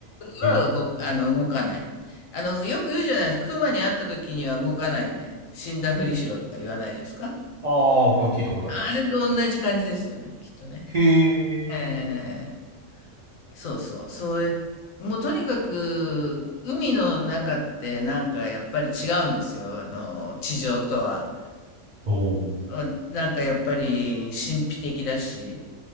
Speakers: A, on the left (about 80°); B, on the right (about 50°).
A: は動く、
B: え。
A: あの、動かない。あの、よく言うじゃないですか。熊に会った時には動かないで、死んだふりしろとか言わないですか
B: ああ、聞いたことあります。
A: あれと同じ感じですよね、きっとね。
B: へえ。
A: ええそうそう。それ、もうとにかく、海の中ってなんかやっぱり違うんですよ。あの、地上とは。
B: おー
A: うんなんかやっぱり神秘的だし。